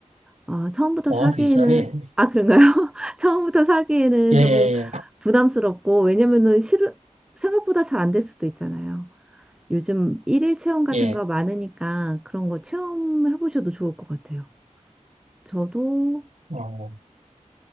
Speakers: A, in the centre; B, on the right (about 60°).
A: 어, 처음부터
B: 어,
A: 사기에는,
B: 비싸네.
A: 아, 그런가요? <laughs> 처음부터 사기에는
B: 예, 예,
A: 좀 부담스럽고, 왜냐면은 실, 생각보다 잘 안될 수도 있잖아요. 요즘 일일 체험 같은
B: 예. 예.
A: 거 많으니까 그런 거 체험해 보셔도 좋을 것 같아요. 저도
B: 어,